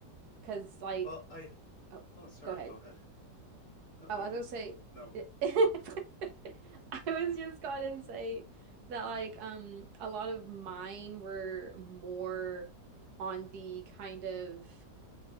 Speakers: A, on the right; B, on the left.
A: 'Cause like
B: Well, I
A: oh,
B: oh, sorry,
A: go ahead.
B: go ahead. No,
A: Oh,
B: no,
A: I was gonna
B: n- no.
A: say <laughs> I was just gonna say that like um a lot of mine were more on the kind of